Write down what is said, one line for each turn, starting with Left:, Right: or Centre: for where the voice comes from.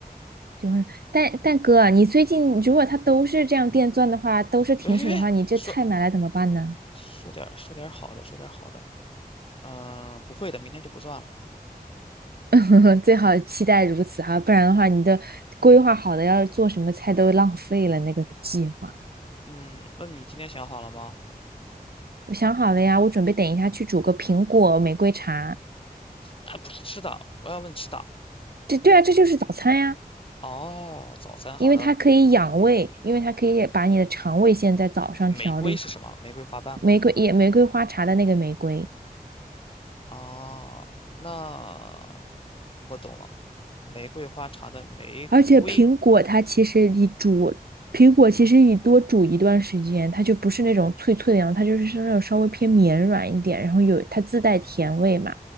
Right: 就是，但但哥啊你最近如果它都是这样电钻的话，都是停水的话，
Left: 喂喂喂，
Right: 你这菜买来怎么办呢？
Left: 说说点儿说点儿好的，说点儿好的。嗯，不会的，明天就不算了。
Right: <laughs> 最好期待如此哈，不然的话，你的规划好的要做什么菜都浪费了那个计划。
Left: 嗯，那你今天想好了吗？
Right: 我想好了呀，我准备等一下去煮个苹果玫瑰茶。
Left: 那不是吃的，我要问吃的。
Right: 这对啊，这就是早餐呀，
Left: 哦，早餐好的。
Right: 因为它可以养胃，因为它可以把你的肠胃先在早上调理好。
Left: 玫瑰是什么？玫瑰花瓣吗？
Right: 玫瑰也玫瑰花茶的那个玫瑰。
Left: 哦，那我懂了，玫瑰花茶的玫瑰
Right: 而且苹果它其实你煮，苹果其实你多煮一段时间，它就不是那种脆脆的样子它就是是那种稍微偏绵软一点，然后有它自带甜味嘛。